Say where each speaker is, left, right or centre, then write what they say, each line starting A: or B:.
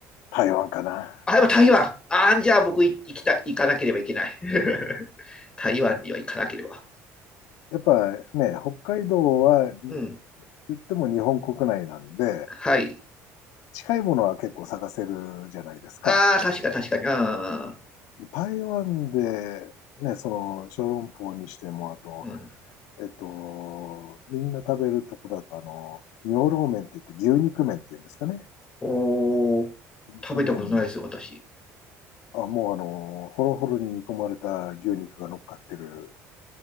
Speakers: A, on the left (about 75°); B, on the left (about 15°).
A: 台湾かな。
B: あ、やっぱ台湾。ああ、じゃあ僕い行きた、行かなければいけない。<laughs> 台湾には行かなければ。
A: やっぱね、北海道は言
B: うん。
A: っても日本国内なんで、
B: はい。
A: 近いものは結構探せるじゃないですか。
B: ああ、確か確かに。ああ、
A: 台湾で、ね、その小籠包にしても、あと、
B: うん。
A: えっと、みんな食べるとこだと、あの、尿ローメンって言って牛肉麺っていうんですかね。
B: おー、食べたことないですよ、
A: 側
B: 私。
A: あもうあの、ホロホロに煮込まれた牛肉が乗っかってる